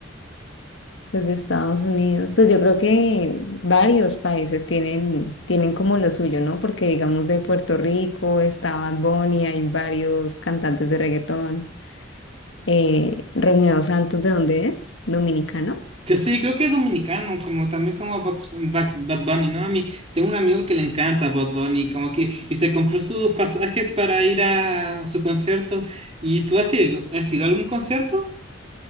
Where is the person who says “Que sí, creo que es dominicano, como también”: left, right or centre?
Right